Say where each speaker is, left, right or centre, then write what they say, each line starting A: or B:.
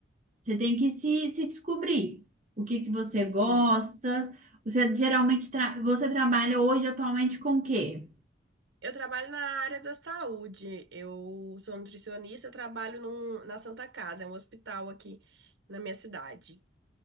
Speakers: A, on the right; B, on the right.
A: você tem que se, se descobrir o que que você
B: Sim.
A: gosta. Você geralmente, tra- você trabalha hoje atualmente com o quê?
B: Eu trabalho na área da saúde. Eu sou nutricionista, trabalho num- na Santa Casa, é um hospital aqui na minha cidade.